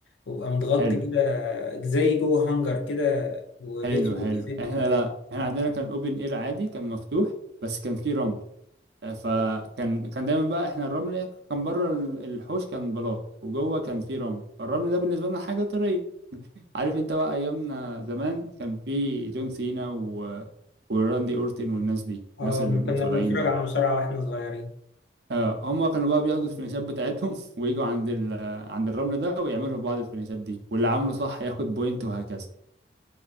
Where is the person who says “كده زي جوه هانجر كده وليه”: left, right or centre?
Left